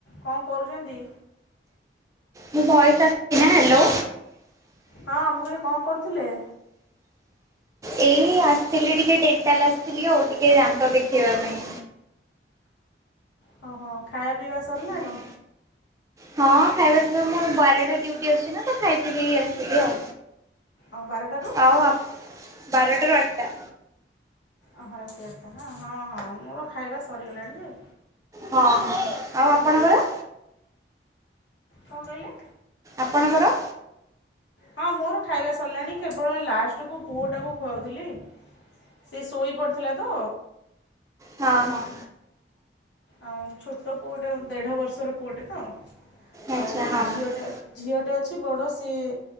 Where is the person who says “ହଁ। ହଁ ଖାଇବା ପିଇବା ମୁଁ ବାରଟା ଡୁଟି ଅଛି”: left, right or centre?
Right